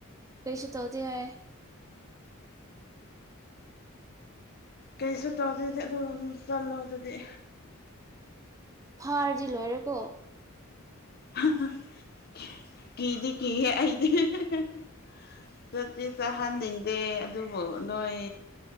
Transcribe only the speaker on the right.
ꯀꯩꯁꯨ ꯇꯧꯗꯦ ꯍꯥꯏꯌꯦ
ꯐꯥꯔꯗꯤ ꯂꯣꯏꯔꯦꯀꯣ